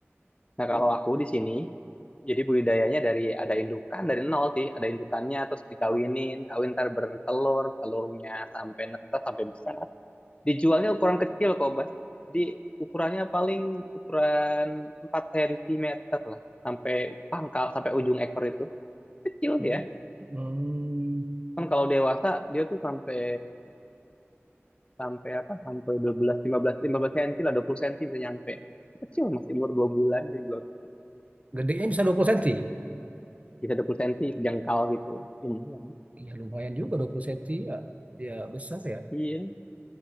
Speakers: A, on the left; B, on the right.
A: Nah, kalau aku di sini, jadi budidayanya dari ada indukan dari nol sih, ada indukannya terus dikawinin, kawin ntar bertelur, telurnya sampai netas sampai besar. Dijualnya ukuran kecil kok, Bas. Di ukurannya paling ukuran 4 sentimeter lah, sampai pangkal, sampai ujung ekor itu. Kecil
B: Oh.
A: dia.
B: Hmm.
A: Kan kalau dewasa dia tuh sampai sampai apa? Sampai dua belas lima belas lima belas senti lah, 20 senti bisa nyampe. Kecil masih umur 2 bulan jadi dua-
B: Gedenya bisa 20 senti,
A: bisa 20 senti jengkal gitu. Lumayan.
B: Ya lumayan juga 20 senti ya. Ya besar ya.
A: Iya.